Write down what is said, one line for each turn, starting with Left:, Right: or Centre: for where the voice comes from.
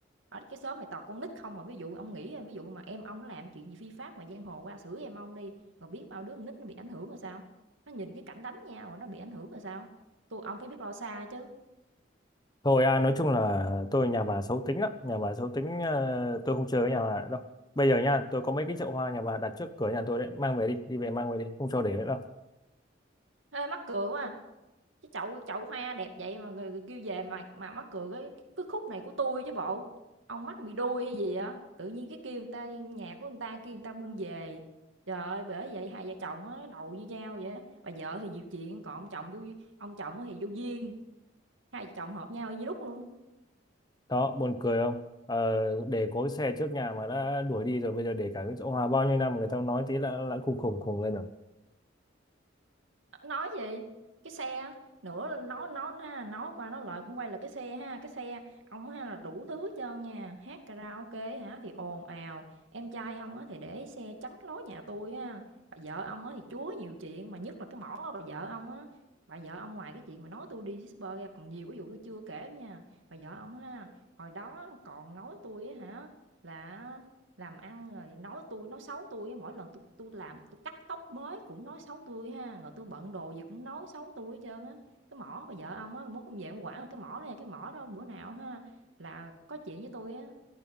Right: Ở cái xóm này toàn con nít không mà ví dụ ông nghĩ ví dụ mà em ông nó làm chuyện gì phi pháp mà giang hồ qua xử em ông đi, rồi biết bao đứa con nít nó bị ảnh hưởng rồi sao? Nó nhìn cái cảnh đánh nhau rồi nó bị ảnh hưởng rồi sao? tôi ông phải biết lo xa chứ.
Left: thôi à, nói chung là tôi nhà bà xấu tính lắm nhà bà xấu tính ờ, tôi không chơi với nhà bà nữa đâu bây giờ nha tôi có mấy cái chậu hoa nhà bà đặt trước cửa nhà tôi đấy mang về đi đi về mang về đi không cho để nữa đâu
Right: Ê, mắc cười quá à! Cái chậu chậu hoa đẹp vậy mà người kêu về mà mà mắc cười cái cái khúc này của tôi chứ bộ. Ông mắc bị đuôi hay gì á, tự nhiên cái kêu người ta nhà của người ta kêu người ta bưng về. Trời ơi, bởi vậy hai vợ chồng á đầu như dao vậy á. Bà vợ thì nhiều chuyện, còn ông chồng vô ông chồng á thì vô duyên, hai vợ chồng hợp nhau y như đúc luôn á.
Left: Đó, buồn cười không? Ờ, để có cái xe trước nhà mà đã đuổi đi rồi bây giờ để cả cái chỗ hòa bao nhiêu năm người ta nói tí là là khùng khùng khùng lên rồi.
Right: N nói gì? Cái xe á, nữa nói nói ha, nói qua nói lại cũng quay lại cái xe ha, cái xe ông ha là đủ thứ hết trơn nha, hát karaoke hả thì ồn ào, em trai ông á thì để xe chắn lối nhà tôi ha, bà vợ ông á thì chúa nhiều chuyện, mà nhất là cái mỏ bà vợ ông á, bà vợ ông ngoài cái chuyện mà nói tôi đi disper ra còn nhiều cái vụ tôi chưa kể nha. Bà vợ ông ha, hồi đó còn nói tôi á hả là làm ăn rồi nói tôi nói xấu tôi mỗi lần tôi tôi làm tôi cắt tóc mới cũng nói xấu tôi ha, rồi tôi bận đồ gì cũng nói xấu tôi hết trơn á. Cái mỏ bà vợ ông á, mai mốt ông về ông quản là cái mỏ này, cái mỏ đó bữa nào ha là có chuyện với tôi á,